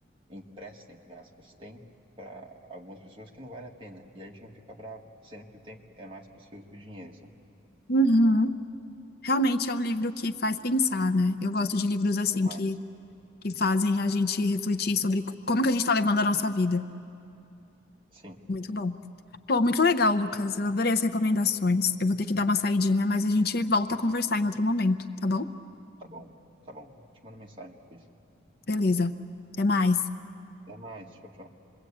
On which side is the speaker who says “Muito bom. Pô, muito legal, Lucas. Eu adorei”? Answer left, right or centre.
Left